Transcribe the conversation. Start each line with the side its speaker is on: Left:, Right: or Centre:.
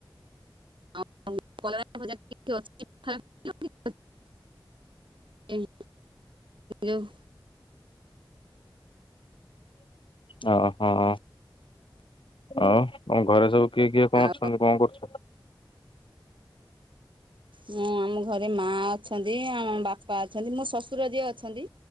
Right: ଆଉ କଲରା ଭଜା ଟିକେ ଅଛି ଖ <unintelligible> ଏଇ ଯଉ
Left: <inaudible> ଅ ହଁ ଆଉ ତମ ଘରେ ସବୁ କିଏ କିଏ କଣ
Right: ଆଉ
Left: ଅଛନ୍ତି କଣ କରୁଛନ୍ତି?
Right: ମୁଁ ଆମ ଘରେ ମା ଅଛନ୍ତି ଆମ ବାପା ଅଛନ୍ତି ମୋ ଶଶୁର ଯିଏ ଅଛନ୍ତି।